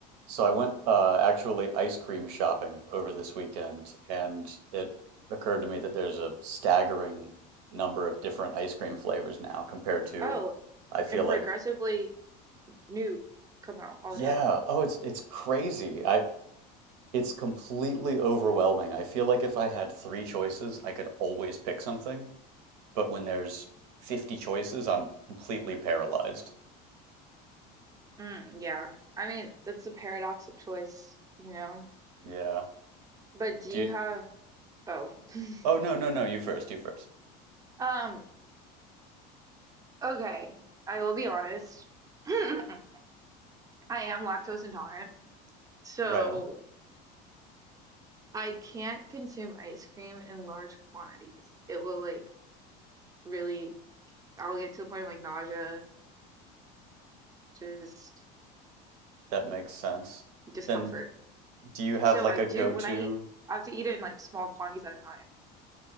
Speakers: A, on the right (about 85°); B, on the right (about 20°).
A: So I went uh, actually ice cream shopping over this weekend, and it occurred to me that there's a staggering number of different ice cream flavors now compared to,
B: Oh,
A: I feel
B: and
A: like,
B: progressively new come out all
A: yeah,
B: the time.
A: oh, it's it's crazy. I it's completely overwhelming. I feel like if I had three choices, I could always pick something, but when there's 50 choices, I'm completely paralyzed.
B: Mm, yeah. I mean, that's the paradox of choice, you know?
A: Yeah.
B: But do
A: Do
B: you
A: you?
B: have, oh. <laughs>
A: Oh, no, no, no, you first, you first.
B: Um, okay. I will be honest. <laughs> <clears throat> I am lactose intolerant, so
A: Right on.
B: I can't consume ice cream in large quantities. It will like really, I'll get to the point of like nausea, just
A: That makes sense.
B: discomfort.
A: Then Do you have
B: So
A: like
B: I
A: a
B: do,
A: go-to,
B: when I eat, I have to eat it in like small quantities at a time.